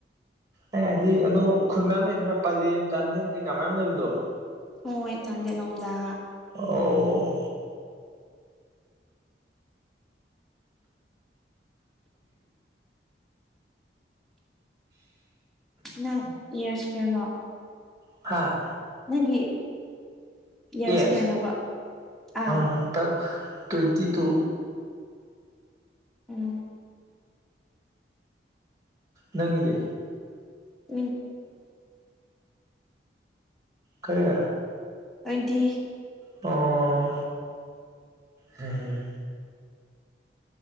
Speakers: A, on the right (about 20°); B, in the centre.
A: ꯑꯩ ꯍꯥꯏꯗꯤ ꯑꯗꯣ ꯈꯨꯜ ꯃꯌꯥꯝ ꯂꯩꯗꯅ ꯄꯂꯦꯝꯦꯟ ꯆꯥꯟꯗꯦꯜ ꯀꯩꯀꯥ ꯃꯌꯥꯝ ꯂꯩꯕꯗꯣ
B: ꯍꯣꯏ ꯆꯥꯟꯗꯦ ꯂꯣꯝꯗ
A: ꯑꯣ
B: ꯅ ꯏꯌꯥꯁ ꯀꯩꯅꯣ
A: ꯍꯥꯥ
B: ꯅꯪꯒꯤ ꯏꯌꯥꯔꯁ
A: ꯌꯦꯁ
B: ꯀꯌꯥꯅꯣꯕ ꯑꯥ
A: ꯍꯟꯇꯛ ꯇ꯭ꯋꯦꯟꯇꯤ ꯇꯨ
B: ꯎꯝ
A: ꯅꯪꯗꯤ
B: ꯇ ꯎꯝ
A: ꯀꯔꯤ
B: ꯇ꯭ꯋꯦꯟꯇꯤ
A: ꯑꯣ ꯍ